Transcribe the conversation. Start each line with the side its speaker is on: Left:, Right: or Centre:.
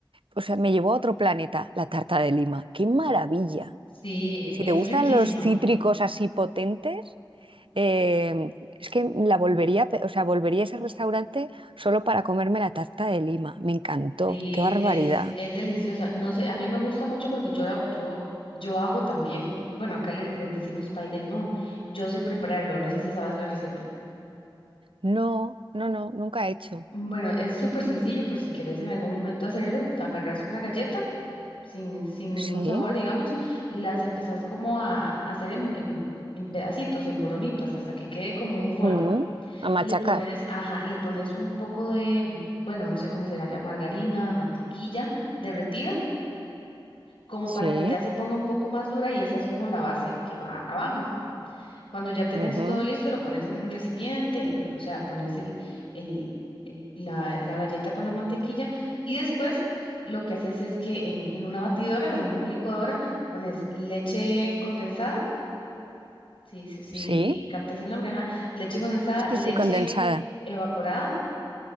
Right: O sea, me llevó a otro planeta la tarta de lima. ¡Qué maravilla!
Left: Sí,
Right: Si
Left: es
Right: te gustan
Left: riquísima.
Right: los cítricos así potentes, eh, es que la volvería, a pe- o sea, volvería a ese restaurante solo para comerme la tarta de Lima. Me encantó.
Left: Sí,
Right: ¡Qué
Left: es,
Right: barbaridad!
Left: es, es deliciosa. No sé, a mí me gusta mucho porque yo, la- yo, yo hago también, bueno, acá les, les decimos pay de limón. Yo sé prepararlo, no sé si sabes la receta.
Right: No, no, no, nunca he hecho.
Left: Mm, Bueno, es súper sencillo por si quieres en algún momento hacerlo. Agarras una galleta sin, sin ningún
Right: Sí,
Left: sabor, digamos, las empezás como a, a hacer en, en, en pedacitos, en boronitas, hasta que quede como un polvo.
Right: Mm, a machacar.
Left: Le pones, ajá, le pones un poco de, bueno, no sé cómo será ya, margarina, mantequilla derretida como
Right: sí,
Left: para que ya se ponga un poco más dura y esa es como la base que va abajo. Cuando ya tenés
Right: ujú,
Left: todo listo, lo pones en un recipiente, lo- o sea, pones el, el- el- la, la galleta con la mantequilla y después lo que haces es que en, en una batidora o en una licuadora pones leche condensada, si, si, si
Right: Sí,
Left: captas el nombre, ajá, leche condensada, leche
Right: sí, sí, condensada.
Left: evaporada.